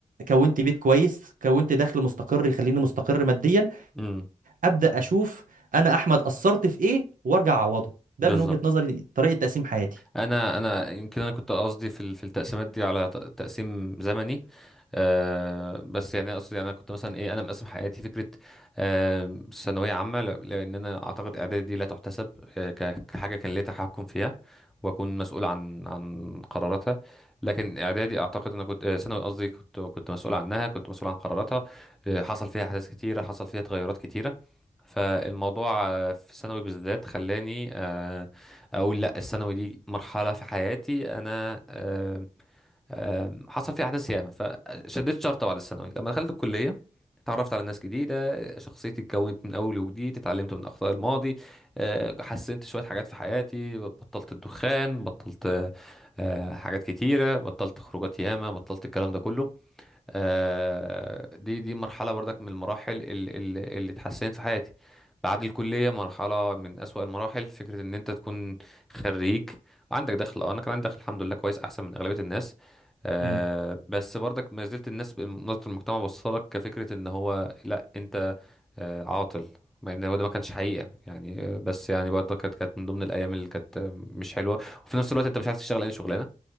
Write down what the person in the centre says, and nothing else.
امم
بالظبط
انا انا يمكن انا كنت قصدي في ال- في التقسيمات دي على ت- تقسيم زمني أه بس يعني اقصد يعني انا كنت مثلا ايه انا مقسم حياتي فكره آه، ثانويه عامه ل- لان انا اعتقد اعدادي دي لا تحتسب آه، ك- كحاجه كان ليا تحكم فيها واكون مسؤول عن عن قراراتها لكن اعدادي اعتقد انا كنت آه، ثانوي قصدي كنت كنت مسؤول عنها كنت مسؤول عن قراراتها آه، حصل فيها احداث كتيره حصل فيها تغيرات كتيره فالموضوع آه، في ثانوي بالذات خلاني آه اقول لا الثانوي دي مرحله في حياتي انا آم، آم، حصل فيها احداث ياما فشديت شرطه بعد الثانوي لما دخلت الكليه اتعرفت على ناس جديده شخصيتي اتكونت من اول وجديد اتعلمت من اخطاء الماضي آه، حسنت شويه حاجات في حياتي بطلت الدخان بطلت آه، حاجات كتيره بطلت خروجات ياما بطلت الكلام ده كله آه، دي دي مرحلة برضك من المراحل ال- ال- اللي اتحسنت في حياتي بعد الكلية مرحلة من أسوأ المراحل فكرة إن أنت تكون خريج وعندك دخل أه أنا كان عندي دخل الحمد لله كويس أحسن من أغلبية الناس آه
بس برضك ما زلت الناس نظرة المجتمع بصلك كفكرة إن هو لأ أنت آه عاطل مع إن هو ده ما كانش حقيقة يعني آه، بس يعني برضك كانت كانت من ضمن الأيام اللي كانت آه، مش حلوة وفي نفس الوقت أنت مش عارف تشتغل أي شغلانة